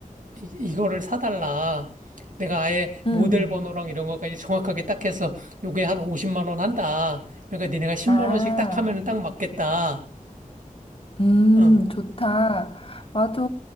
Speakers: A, on the right; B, on the left.
A: 이, 이거를 사달라. 내가 아예
B: 응.
A: 모델 번호랑 이런 것까지 정확하게 딱 해서 요게 한 50만 원 한다. 그러니까 니네가 10만
B: 아.
A: 원씩 딱 하면은 딱 맞겠다.
B: 음,
A: 어,
B: 좋다. 맞아.